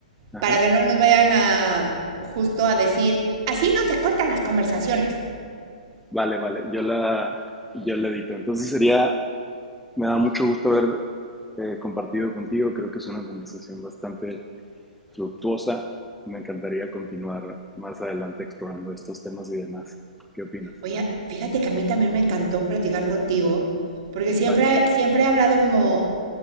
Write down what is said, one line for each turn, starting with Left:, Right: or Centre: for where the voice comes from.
Centre: Ajá.
Right: para que no nos vayan a justo a decir, así no se cortan las conversaciones.
Centre: Vale, vale, yo la, yo la edito. Entonces sería Me da mucho gusto haber eh, compartido contigo. Creo que es una conversación bastante fructuosa. Me encantaría continuar más adelante explorando estos temas y demás. ¿Qué opinas?
Right: Oye, fíjate que a mí también me encantó platicar contigo, porque siempre,
Centre: Vale,
Right: siempre he hablado como,